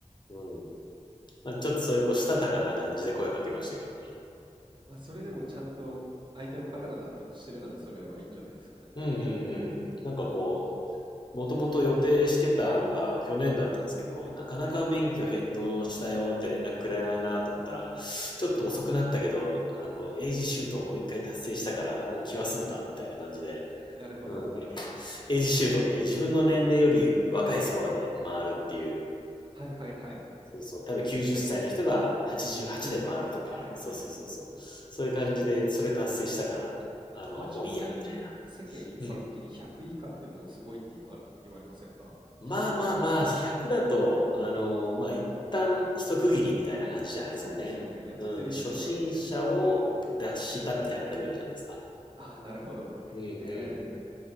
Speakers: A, on the left; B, on the right.
A: うん。まあ、ちょっとそういうこう、したたかな感じで声をかけましたけどね。
B: まあ、それでもちゃんと相手の方が納得してるなら、それはいいんじゃないですかね。
A: うんうんうん。なんかこう、もともと予定してたのが去年だったんですけど、なかなか免許返納したよって連絡くれないなと思ったら、
B: はい、
A: ちょっと遅くなったけど、あのこう、エイジシュートをもう一回達成したから、もう気は済んだ、みたいな感じで。
B: なるほど。
A: うん、なんかエイジシュートっていう自分の年齢より若いスコアで回るっていう
B: はいはいはい。
A: そうそう。多分90歳の人が88で回るとか、
B: 7、はいはい。
A: そうそうそうそう。そういう感じで、
B: しかも、
A: それ達成したから、あの、
B: アマチュアで世間一般的に100以下ってもうすごいって言われ言われませんか？100ぐらいって。
A: もういいや、みたいな。うん。まあまあまあ、100だと、あの、まあ一旦一区切りみたいな感じじゃないですかね。
B: そうですよね、やってる人だって
A: うん。初心者を脱したみたいなレベルじゃないですか。
B: ああ、なるほど。
A: うんうん。
B: ええ。